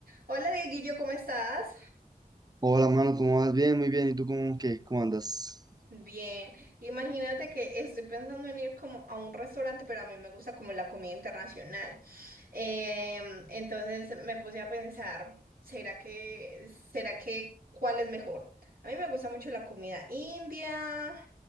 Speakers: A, on the right (about 70°); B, on the right (about 25°).
A: Hola Dieguillo, ¿cómo estás?
B: Hola, mano, ¿cómo vas? Bien, muy bien. ¿Y tú cómo, qué? ¿Cómo andas?
A: Bien, imagínate que estoy pensando en ir como a un restaurante, pero a mí me gusta como la comida internacional. Em, entonces me puse a pensar, ¿será que, será que cuál es mejor? A mí me gusta mucho la comida india,